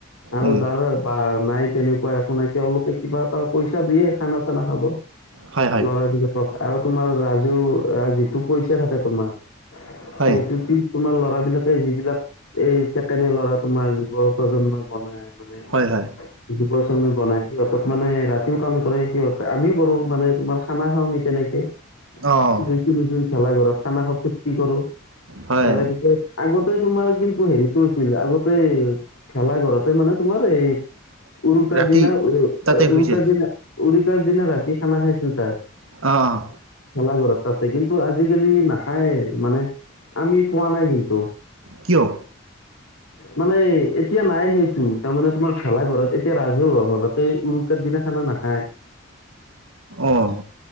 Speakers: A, on the left (about 90°); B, on the right (about 80°).
A: আৰু
B: উম,
A: যাৰে বা নাই তেনেকোৱা একো নাই তেওঁলোকে কিবা এটা পইচা দিয়ে খানা-চানা খাব।
B: হয় হয়
A: ল'ৰাবিলাকক আৰু তোমাৰ ৰাজ- আ যিটো পইচা থাকে তোমাৰ।
B: হয়
A: সেইটো কি তোমাৰ ল'ৰাবিলাকে যিবিলাক এই ছেকেণ্ড ইয়েৰ ল'ৰা তোমাৰ যুৱ প্ৰজন্মই বনাই মানে আমাৰ
B: হয় হয়
A: দুবছৰ মান বনাই সিহঁতক মানে ৰাতিও কাম কৰে সিহঁততে। আমিও কৰোঁ মানে তোমাৰ খানা খাওঁ আমি তেনেকে।
B: অ',
A: দুই তিনিদিন ভেলা ঘৰত খানা খাওঁ ফূৰ্তি কৰোঁ
B: হয়
A: তাৰেপিছত আগতে তোমাৰ কিন্তু হেৰিটো হৈছিল আগতে ভেলা ঘৰতে মানে তোমাৰ এই উৰুকাৰ
B: ৰাতি
A: দিনা উ উৰুকাৰ
B: তাতে শুইছিল
A: দিনা, উৰুকাৰ দিনা ৰাতি খানা খাইছিল তাত।
B: অঁ, অঁ।
A: ভেলা ঘৰত তাতে কিন্তু আজিকালি নাখাই মানে আমি পোৱা নাই কিন্তু।
B: কিয়?
A: মানে এতিয়া নাই সেইটো তাৰমানে তোমাৰ ভেলা ঘৰত এতিয়া ৰাজহুৱা ভাতে উৰুকাৰ দিনা খানা নাখায়। <inaudible>
B: অহ্,